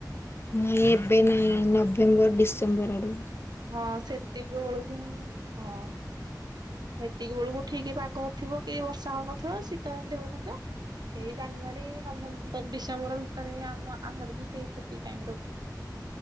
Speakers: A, on the left (about 35°); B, on the right (about 70°).
A: ନାଇଁ ଏବେ ନାଇଁ ନଭେମ୍ବର ଡିସେମ୍ବର ଆଡୁ
B: ହଁ ସେତିକି ବେଳୁ କି ହଁ। ସେତିକି ବେଳକୁ ଠିକ ପାଗ ଥିବ କି ବର୍ଷା ହଉନଥିବ ଶୀତ ଏମିତି ହଉନଥିବ। ସେଇ ଜାନୁଆରୀ, ନଭେମ୍ବର, ଡିସେମ୍ବର ଭିତରେ ଆମ ଆମର ବି ସେଇ ସେତିକପାଇଁ ରଖୁ।